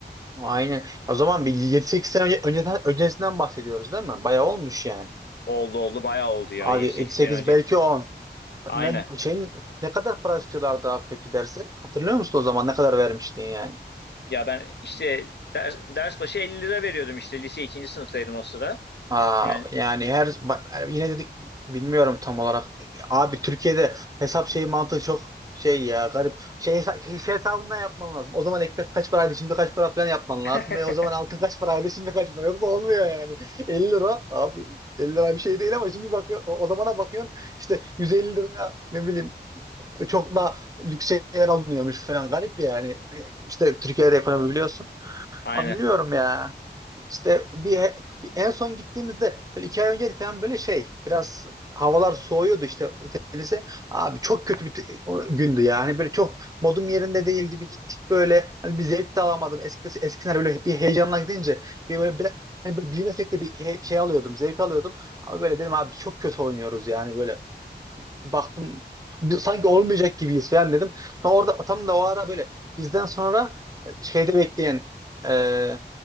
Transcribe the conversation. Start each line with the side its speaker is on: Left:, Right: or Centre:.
Right: Aynen. O zaman bir yedi sekiz sene önce, önceden, öncesinden bahsediyoruz değil mi? Bayağı olmuş yani.
Left: Oldu oldu bayağı oldu ya
Right: Hadi
Left: yedi
Right: yedi
Left: sekiz
Right: sekiz
Left: sene önce.
Right: belki 10.
Left: Aynen.
Right: Ben şeyin, ne kadar para istiyorlardı abi peki derse? Hatırlıyor musun o zaman ne kadar vermiştin yani?
Left: Ya ben işte ders, ders başı 50 lira veriyordum işte lise ikinci sınıftaydım o sıra.
Right: Aa,
Left: Yani
Right: yani her bak, yani yine dedik bilmiyorum tam olarak. Abi Türkiye'de hesap şeyi mantığı çok şey ya garip. Şey, hesa- şey hesabından yapman lazım. O zaman ekmek kaç paraydı şimdi kaç para falan yapman
Left: <laughs>
Right: lazım. Ve o zaman altın kaç paraydı şimdi kaç para. Yoksa olmuyor yani. 50 lira abi 50 lira bir şey değil ama şimdi bakıyor o, o zamana bakıyorsun işte 150 liraya ne bileyim çok da lüks şeyler alınıyormuş falan garip yani. İşte Türkiye'de ekonomi biliyorsun.
Left: aynen.
Right: Ama biliyorum ya. İşte bir, bir en son gittiğimizde böyle iki ay önce falan böyle şey biraz havalar soğuyordu işte denize. Abi çok kötü bir t- o gündü yani böyle çok modum yerinde değildi bir gittik böyle hani bir zevk de alamadım eskisi eskisine böyle bir heyecanla gidince bir böyle bir, hani böyle bilmesek de bir he- şey alıyordum zevk alıyordum ama böyle dedim abi çok kötü oynuyoruz yani böyle baktım bir- sanki olmayacak gibiyiz falan dedim. Sonra orada tam da o ara böyle bizden sonra e, şeyde bekleyen e,